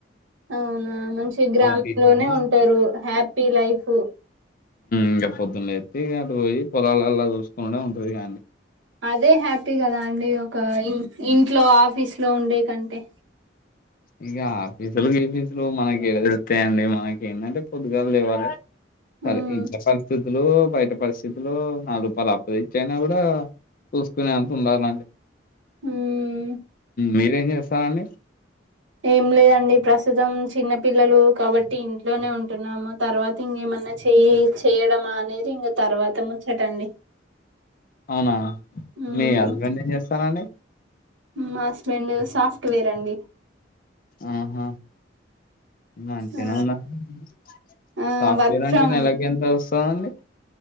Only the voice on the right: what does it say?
అవునా మంచి గ్రామం
లోనే ఉంటారు హ్యాపీ లైఫ్
అదే హ్యాపీ కదా అండి ఒక ఇంట్లో ఆఫీస్ లో ఉండే కంటే
ఉమ్
ఉమ్
ఏం లేదండి ప్రస్తుతం చిన్న పిల్లలు కాబట్టి ఇంట్లోనే ఉంటున్నాము తర్వాత ఇంకేం మన్నా చేయి చేయడమా అనేది ఇంకా తర్వాత ముచ్చటండి
ఉమ్
మా హుస్బేండ్ సాఫ్ట్వేర్ అండి
ఆ
ఆ
వర్క్
ఫ్రమ్